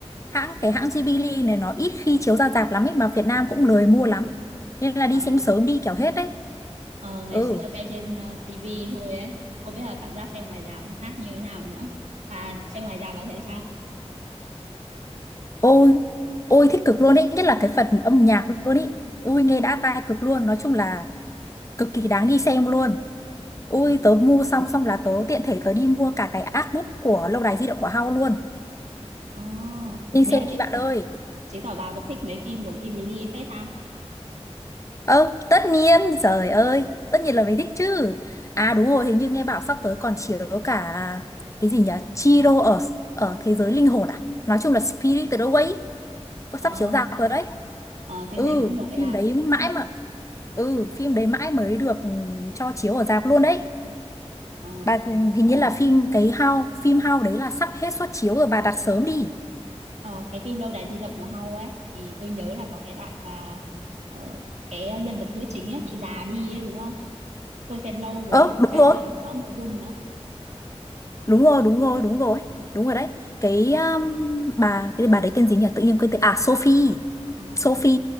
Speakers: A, on the left; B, on the right.
A: Hãng
B: Ừ,
A: cái hãng Ghibli này nó ít khi chiếu ra rạp lắm ấy mà Việt Nam cũng lười mua lắm. Nên là đi
B: ờ,
A: xem sớm đi kẻo hết đấy.
B: ờ, ngày
A: Ừ.
B: xưa xem trên ờ, TV thôi ấy, không biết là cảm giác xem ngoài rạp nó khác như thế nào nữa. Và xem ngoài rạp bạn thấy sao?
A: Ôi, ôi thích cực luôn ấy, nhất là cái phần âm nhạc luôn ấy. Ui nghe đã tai cực luôn, nói chung là cực kỳ đáng đi xem luôn. Ui
B: Nó,
A: tớ mua xong xong là tớ tiện thể tớ đi mua cả cái artbook của Lâu đài di động của Hao luôn.
B: ờ,
A: Đi
B: thế
A: xem
B: là
A: đi
B: chị
A: bạn ơi.
B: chứng tỏ bà cũng thích mấy phim của Ghibli phết ha?
A: Ơ, tất nhiên, trời ơi, tất nhiên là mình thích chứ. À đúng rồi, hình như nghe bảo sắp tới còn chiếu cả cái gì nhỉ? Chihiro ở ở thế giới linh hồn à? Nói chung là Spirited Away. Ơ,
B: Ờ,
A: Sắp chiếu rạp rồi đấy.
B: ờ, phim
A: Ừ,
B: đấy cũng nổi à?
A: phim đấy mãi mà ừ, phim đấy mãi mới được ừ, cho chiếu ở rạp luôn đấy.
B: Ờ,
A: Bà hình như là phim cái How, phim How đấy là sắp hết suất chiếu rồi bà đặt sớm đi.
B: Ờ, cái phim Lâu đài di động của hao ấy thì tôi nhớ là có cái đoạn mà ờ, cái nhân vật nữ chính ấy bị già đi ấy đúng không? Tôi xem lâu rồi
A: Ơ,
B: cũng
A: đúng
B: chả
A: rồi.
B: nhớ rõ nội dung nữa.
A: đúng rồi đúng rồi đúng rồi đúng rồi đấy cái um, bà cái bà đấy tên gì nhỉ tự nhiên quên tên à Sophie
B: Ờ,
A: Sophie